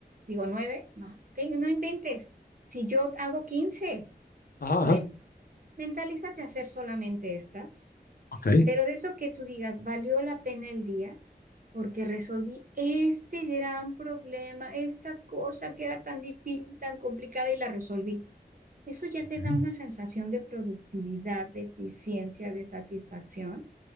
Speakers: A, on the right (about 55°); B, on the left (about 60°).
A: Digo, 9 no, que no inventes. Si yo hago 15
B: ajá,
A: bueno,
B: ajá.
A: mentalízate a hacer solamente estas,
B: Ok.
A: pero de eso que tú digas, valió la pena el día porque resolví este gran problema, esta cosa que era tan difícil, tan complicada y la resolví. Eso ya
B: ok,
A: te da una sensación de productividad, de eficiencia, de satisfacción